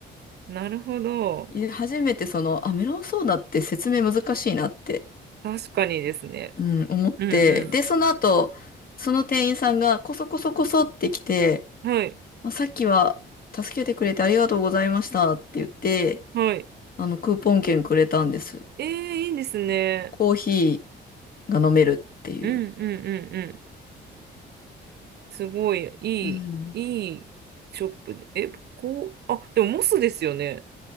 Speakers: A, on the right (about 55°); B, on the left (about 45°).
A: なるほど。
B: で初めてその、あ、メロンソーダって説明難しいなって、
A: 確かにですね。
B: うん、思って、
A: うん
B: で、その後、その店員さんがこそこそこそって来て、
A: うん。はい。
B: まあ、さっきは助けてくれてありがとうございましたって言って、
A: はい。
B: あの、クーポン券くれたんです。
A: ええ、いいですね。
B: コーヒーが飲めるっていう。
A: うんうんうんうん。すごい、いい、
B: うん。
A: いいショップで。え、こう、あ、でもモスですよね。